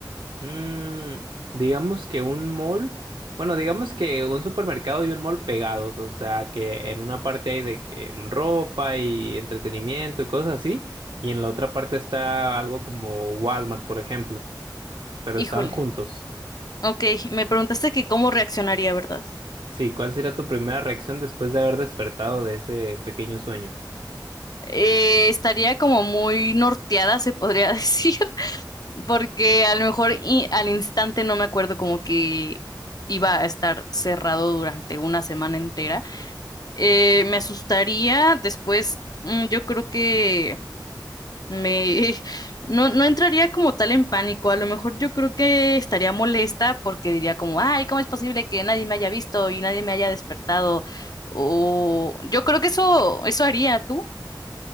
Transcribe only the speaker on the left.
Híjole,
ok, me preguntaste que cómo reaccionaría, ¿verdad?
Eh, estaría como muy norteada, se podría <laughs> decir, porque a lo mejor i- al instante no me acuerdo como que iba a estar cerrado durante una semana entera. Eh, me asustaría, después mm, yo creo que... Me <laughs> no, no entraría como tal en pánico. A lo mejor yo creo que estaría molesta porque diría como, ay, ¿cómo es posible que nadie me haya visto y nadie me haya despertado? O yo creo que eso, eso haría tú,